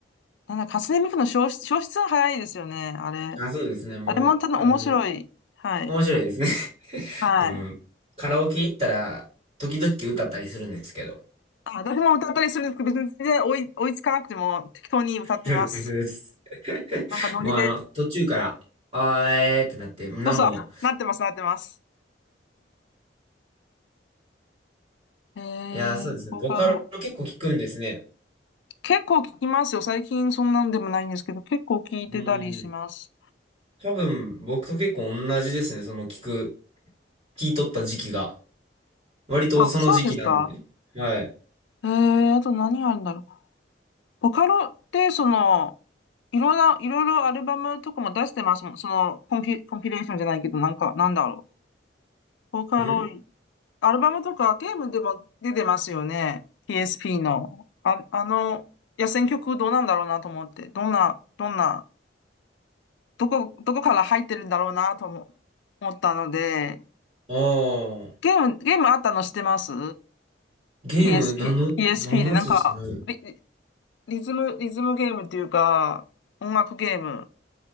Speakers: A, on the left; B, on the right.
A: なんだ、初音ミクの消失、消失は早いですよね、あれ。
B: あ、そうですね、もう、
A: あれもただ面白い。
B: あの、
A: はい。
B: 面白いですね。<laughs>
A: はい。
B: あの、カラオケ行ったら、時々歌ったりするんですけど。
A: あ、誰も歌ったりするんですけど、別に全然追い、追いつかなくても適当に歌ってます。
B: そうですそうです
A: なんかノリで、
B: <laughs> もうあの、途中から、あーえーってなって、なんも、
A: そうそう、あなってます、なってます。えー、
B: いやー、そうですね、
A: ボカロ。
B: ボカロ結構聞くんですね。
A: 結構聞きますよ。最近そんなんでもないんですけど、結構聞いてたりします。
B: うーん、多分、僕と結構同じですね、その聞く、聞いとった時期が。割とその時期なんで。
A: あ、そうですか。
B: はい。
A: えー、あと何あるんだろう。ボカロって、その、いろんな、いろいろアルバムとかも出してますもん。その、コンピ、コンピレーションじゃないけど、なんか、なんだろう。ボカロ、
B: ん
A: アルバムとかゲームでも出てますよね。PSP の。あ、あの、野戦曲どうなんだろうなと思って。どんな、どんな、どこ、どこから入ってるんだろうなと思思ったので、
B: ああー、
A: ゲーム、ゲームあったの知ってます
B: ゲーム、
A: ?PSP、
B: なんの、
A: PSP
B: なんのやつですかね。
A: でなんか、リ、リリズム、リズムゲームっていうか、音楽ゲーム。